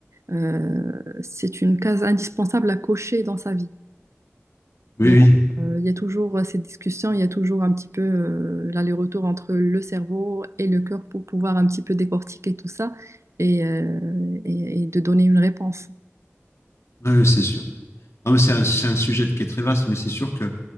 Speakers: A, on the right; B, on the left.
A: euh, c'est une case indispensable à cocher dans sa vie.
B: Oui,
A: Donc, euh, il y a toujours euh, cette discussion, il y a toujours un petit peu euh, l'aller-retour entre le cerveau et le cœur pour pouvoir un petit peu décortiquer tout ça et, euh, et, et de donner une réponse.
B: oui, oui c'est sûr. Non, mais c'est un, c'est un, sujet qui est très vaste, mais c'est sûr que